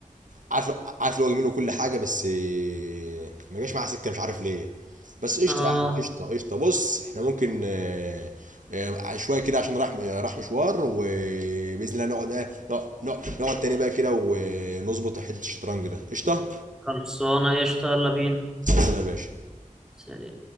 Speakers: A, on the right; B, in the centre.
A: عارف عارف اللي هو جميل وكل حاجه بس آه، ما جاش معاه سكه مش عارف ليه بس قشطه
B: اه
A: يعني قشطه قشطه بص احنا ممكن آه، آه، شويه كده عشان راح راح مشوار وباذن الله نقعد آه، نقعد نقعد نقعد تاني بقى كده ونظبط حته الشطرنج ده قشطه
B: خلصانه قشطه يلا بينا
A: خلصنا يا باشا
B: سلام.